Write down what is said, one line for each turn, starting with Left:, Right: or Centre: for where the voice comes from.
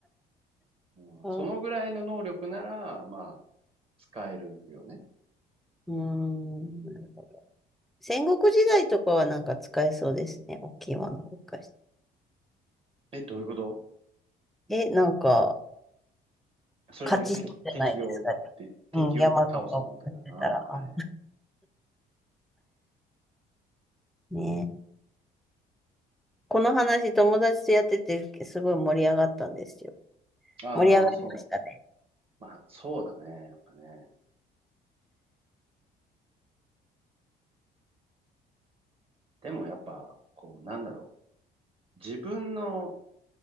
Right: うん、
Centre: あ
Right: そのぐらいの能力なら、まあ、使えるよね。
Centre: うーん、なるほど。戦国時代とかはなんか使えそうですね。大きいものを動かし
Right: え、どういうこと
Centre: て。え、なんか、
Right: それで敵、
Centre: 勝ちそうじゃないですか。
Right: 敵をって、敵を倒すみたいな。
Centre: うん、山とかをやってたら。
Right: ああ、
Centre: あ
Right: はい。
Centre: ね。この話、友達とやってて、すごい盛り上がったんですよ。
Right: ああ、
Centre: 盛り上がりましたね。
Right: そう。まあ、そうだね。やっぱね。でもやっぱ、こう、なんだろう。自分の